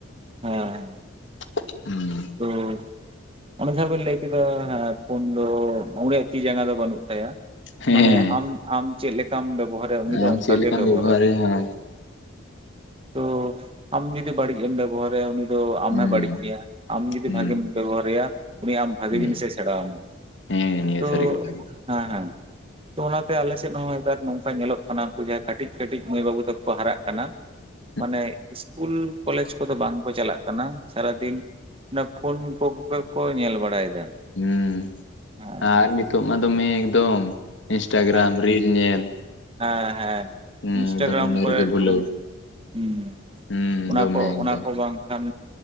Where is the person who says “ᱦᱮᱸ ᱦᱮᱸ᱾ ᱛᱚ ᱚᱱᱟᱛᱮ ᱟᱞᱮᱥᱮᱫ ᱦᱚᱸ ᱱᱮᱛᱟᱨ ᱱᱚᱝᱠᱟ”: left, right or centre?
Right